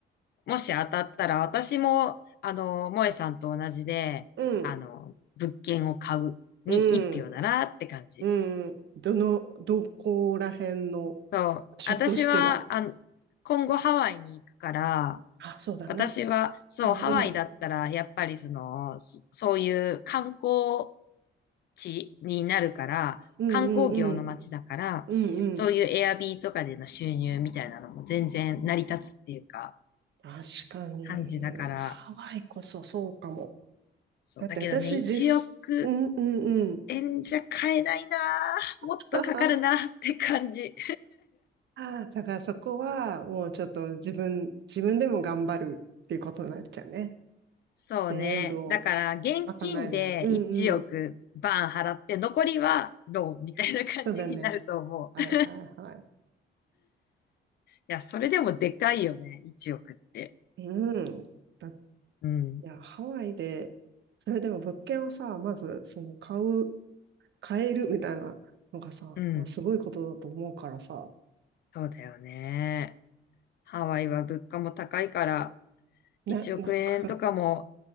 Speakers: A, on the left; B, on the right.
A: もし当たったら、私も、あの、萌えさんと同じで、
B: うん、
A: あの、物件を買うに一票だなって感じ。
B: うん、うん。どの、どこら辺の
A: そう。
B: 書としては。
A: 私は、あの、今後ハワイに行くから、
B: あ、そうだな。
A: 私は、そう、
B: うん、
A: ハワイだったら、
B: うん、
A: やっぱりその、そそういう観光地になるから、
B: うん、
A: 観光業の街だから、
B: うん、うん、
A: そういうエアビーとかでの収入みたいなのも全然成り立つっていうか、
B: うん。確かに、
A: 感じだから、
B: ハワイこそそうかも。
A: そう、
B: だって私実、
A: だけどね、1億
B: うん、うん、うん。
A: 円じゃ買えないなぁもっとかかるなって感じ。
B: <laughs> ああ、だからそこはもうちょっと自分、自分でも頑張るっていうことになっちゃうね。
A: そうね。
B: 全部を
A: だから、現金で1億バーン払って、
B: 賄えない。うんうん。
A: 残りはローンみたいな感じになると思う。
B: そうだね。はいはいはい。
A: いや、それでもでかいよね。1億って。
B: うん。だい
A: うん。
B: や、ハワイで、それでも物件をさ、まずその買う、買えるみたいなのがさ、
A: うん。
B: まあ、すごいことだと思うからさ。
A: そうだよね。ハワイは物価も高いから、
B: ね、
A: 1億円とかも
B: なんか